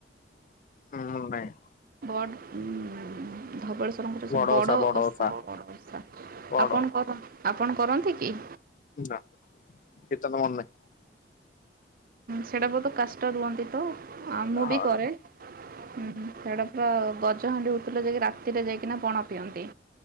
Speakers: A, on the left; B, on the right.
A: ହୁଁ ନାଇଁ।
B: ବଟ ଉଁ ଧବଳେଶ୍ ଆପଣଙ୍କ ର
A: ବଡ
B: ସେ ବଡଓଷା
A: ଓଷା ବଡ ଓଷା
B: ବଡଓଷା
A: ବଡ
B: ଆପଣ କର, ଆପଣ କରନ୍ତି କି?
A: ନାଁ କୀର୍ତନ ତ ମନ ନାହିଁ।
B: ସେଟା ବହୁତ କାଷ୍ଟା ରୁହନ୍ତି ତ ଆ, ମୁଁ
A: ହଁ
B: ବି କରେ। ହୁଁ, ହୁଁ ସେଇଟା ପୁରା ଗଜ ହାଣ୍ଡି ଉତୁରିଲେ ଯାଇକି ରାତିରେ ଯାଇକିନା ପଣା ପିଅନ୍ତି।